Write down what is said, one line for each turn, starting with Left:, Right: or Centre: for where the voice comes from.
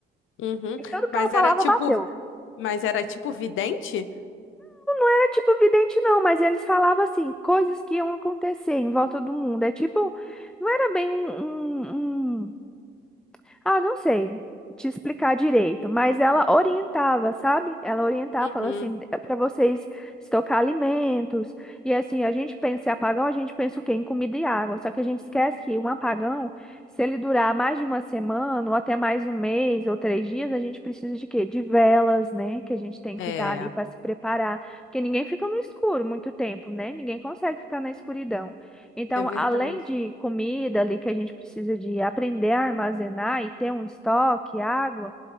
Left: Uhum.
Centre: Aí tudo que
Left: Mas
Centre: ela falava
Left: era tipo.
Centre: bateu.
Left: Mas era tipo vidente?
Centre: era tipo vidente, não, mas eles falavam assim, coisas que iam acontecer em volta do mundo. É tipo, não era bem um, um, um ah, não sei te explicar direito, mas ela orientava, sabe? Ela orientava,
Left: Uhum.
Centre: falou assim, é para vocês estocar alimentos. E assim, a gente pensa em apagão, a gente pensa o quê? Em comida e água. Só que a gente esquece que um apagão, se ele durar mais de uma semana, ou até mais um mês, ou três dias, a gente precisa de quê? De velas, né? Que a gente tem que
Left: É,
Centre: estar ali para se preparar. Porque ninguém fica no escuro muito tempo, né? Ninguém consegue ficar na escuridão. Então,
Left: é verdade.
Centre: além de comida ali que a gente precisa de aprender a armazenar e ter um estoque, água,